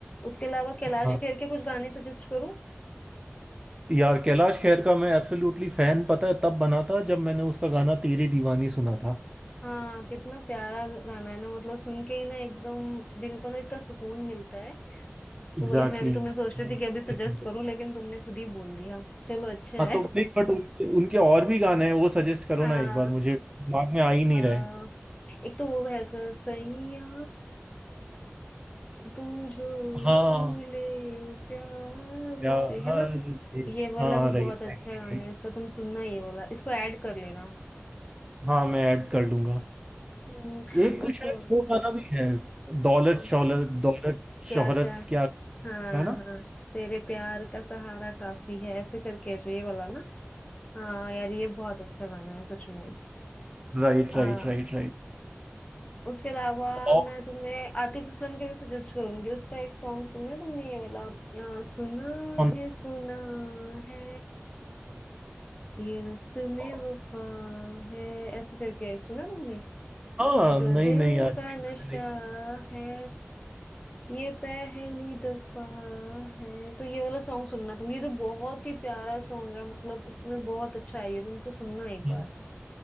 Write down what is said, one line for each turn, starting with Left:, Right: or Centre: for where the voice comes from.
Left: उसके अलावा कैलाश
Right: हाँ
Left: खेर के कुछ गाने सजेस्ट करूँ
Right: यार कैलाश खेर का मैं एब्सोल्युटली फैन पता है तब बना था जब मैंने उसका गाना तेरी दीवानी सुना था
Left: हाँ कितना प्यारा गाना है ना मतलब सुन के ही ना एकदम दिल को ना इतना सुकून मिलता है तो
Right: एग्जैक्टली
Left: वही मैं भी तुम्हें सोच रही
Right: हम्म।
Left: थी कि अभी सजेस्ट करूँ लेकिन तुमने खुद ही बोल दिया चलो अच्छा
Right: हाँ तो
Left: है
Right: नहीं बट उनके, उनके और भी गाने हैं वो सजेस्ट करो
Left: हाँ
Right: ना एक बार मुझे दिमाग में आ ही नहीं
Left: आ,
Right: रहे
Left: एक तो वो है उसका सैया तू जो
Right: हाँ
Left: छू ले प्यार
Right: प्यार
Left: से है ना
Right: से
Left: ये वाला
Right: हाँ
Left: भी
Right: राइट
Left: बहुत अच्छा
Right: राइट
Left: गाना है इसका तुम सुनना ये वाला इसको ऐड कर लेना
Right: हाँ मैं ऐड कर लूंगा
Left: हम्म,
Right: एक
Left: उसके
Right: तो शायद वो गाना भी है दौलत
Left: बाद
Right: शौलत दौलत
Left: क्या
Right: शोहरत
Left: चाहे
Right: क्या
Left: हाँ
Right: है ना
Left: हाँ तेरे प्यार का सहारा काफी है ऐसे करके है जो ये वाला ना हाँ यार ये बहुत अच्छा गाना है सच में
Right: Right
Left: हाँ
Right: right right right
Left: उसके अलावा
Right: <laughs> और
Left: मैं तुम्हें आतिफ असलम के भी सजेस्ट करूंगी उसका एक सॉन्ग सुना है तुमने ये वाला अ, सुना
Right: कौन
Left: है सुना है ये रस्मे
Right: सा?
Left: वफा है ऐसे करके एक सुना तुमने
Right: हाँ
Left: जो
Right: नहीं
Left: दिल
Right: नहीं यार
Left: का
Right: ये मैंने
Left: नशा
Right: नहीं सुना।
Left: है ये पहली दफा है तो ये वाला सॉन्ग सुनना तुम ये तो बहुत ही प्यारा सॉन्ग है मतलब इसमें बहुत अच्छा है ये तुम इसको सुनना एक बार
Right: हम्म,